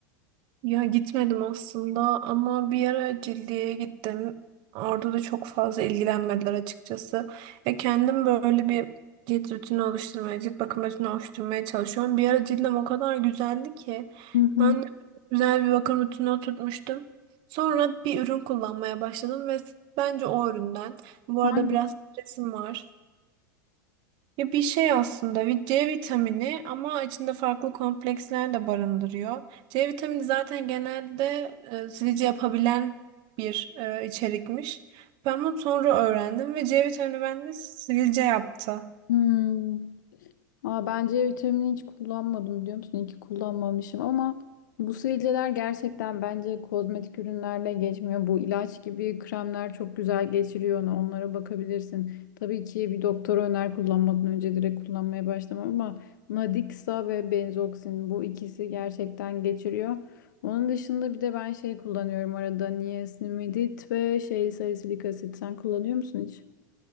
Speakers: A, on the right (about 50°); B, on the left (about 65°).
A: Ya gitmedim aslında ama bir ara Cildi'ye gittim. Orada da çok fazla ilgilenmediler açıkçası. Ve kendim böyle bir cilt rutini oluşturmaya, cilt bakım rutini oluşturmaya çalışıyorum. Bir ara cildim o kadar güzeldi ki.
B: Hı hı.
A: Ben de çok güzel bir bakım rutini oturtmuştum. Sonra bir ürün kullanmaya başladım ve bence o üründen. Bu
B: hangisi?
A: arada biraz stresim var. Ya bir şey aslında bir C vitamini ama içinde farklı kompleksler de barındırıyor. C vitamini zaten genelde e, silici yapabilen bir e, içerikmiş. Ben bunu sonra öğrendim ve C vitamini bende sivilce yaptı.
B: Hmm. Aa, ben C vitamini hiç kullanmadım biliyor musun? İyi ki kullanmamışım ama bu sivilceler gerçekten bence kozmetik ürünlerle geçmiyor. Bu ilaç gibi kremler çok güzel geçiriyor onu. Onlara bakabilirsin. Tabii ki bir doktor öner kullanmadan önce direkt kullanmaya başlamam ama Nadixa ve Benzoxin bu ikisi gerçekten geçiriyor. Onun dışında bir de ben şey kullanıyorum arada niacinamid ve şey salisilik asit. Sen kullanıyor musun hiç?